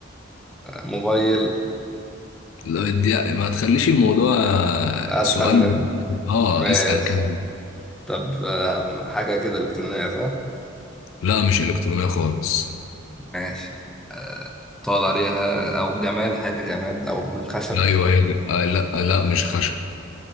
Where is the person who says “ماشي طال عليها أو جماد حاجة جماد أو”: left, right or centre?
Centre